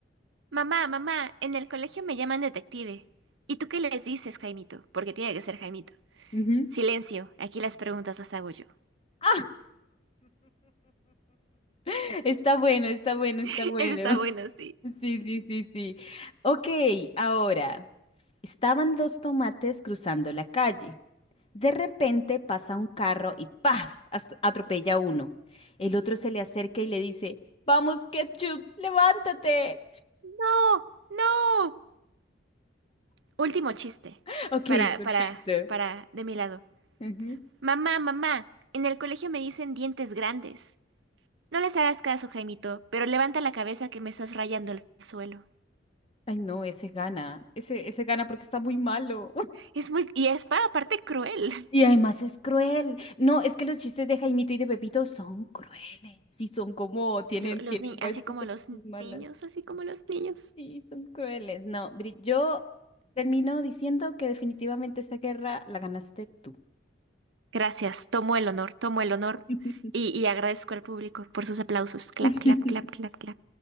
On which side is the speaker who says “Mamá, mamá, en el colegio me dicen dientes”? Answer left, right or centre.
Right